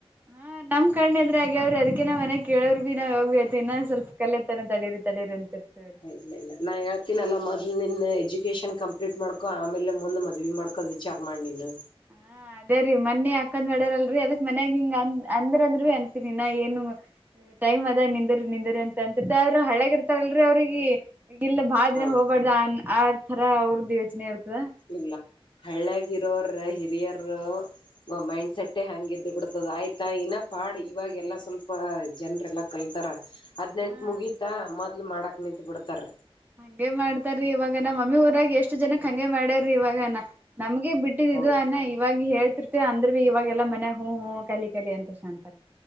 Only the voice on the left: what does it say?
ಇಲ್ಲ ಇಲ್ಲ ನಾ ಹೇಳ್ತೇನ ಅಲ್ಲ ಮೊದ್ ನಿನ್ ಎಜುಕೇಶನ್ ಕಂಪ್ಲೀಟ್ ಮಾಡ್ಕೊ ಆಮೇಲೆ ಮುಂದ್ ಮದ್ವಿ ಮಾಡ್ಕೊ. ವಿಚಾರ ಮಾಡ ನೀನು.
ಹೌದು
ಇಲ್ಲ ಹಳ್ಳಗರೋರ ಹಿರಿಯರ್. ಮೈಂಡ್ಸೆಟ್ಟೇ ಹಂಗಗೆ ಇದದು ಬಿಡ್ತದ ಆಯ್ತಾ ಇನ್ನ ಪಾಡ್ ಇವಾಗೆಲ್ಲ ಸ್ವಲ್ಪ ಜನ್ರೆಲ್ಲ. ಕಲ್ತಾರ ಹದ್ನೆಂಟ್
ಮುಗೀತಾ ಮೊದ್ಲು ಮಾಡಾಕ್ ನಿಂತತ್ ಬಿಡ್ತಾರ.
ಹೌ